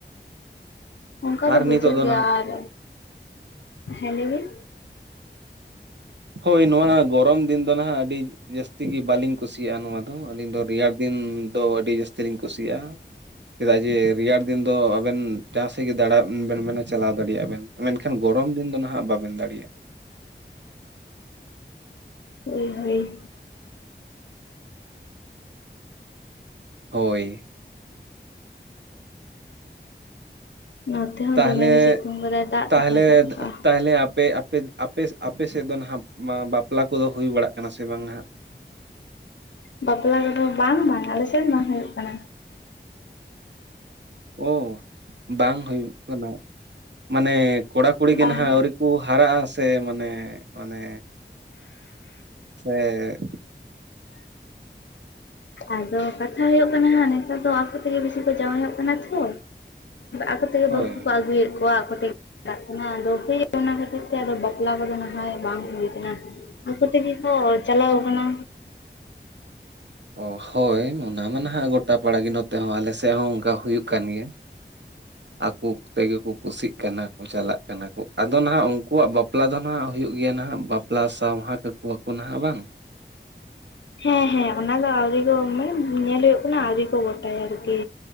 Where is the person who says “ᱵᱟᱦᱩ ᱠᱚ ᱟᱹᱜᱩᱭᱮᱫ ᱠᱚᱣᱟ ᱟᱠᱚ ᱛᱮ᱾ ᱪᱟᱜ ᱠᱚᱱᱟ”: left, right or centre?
Left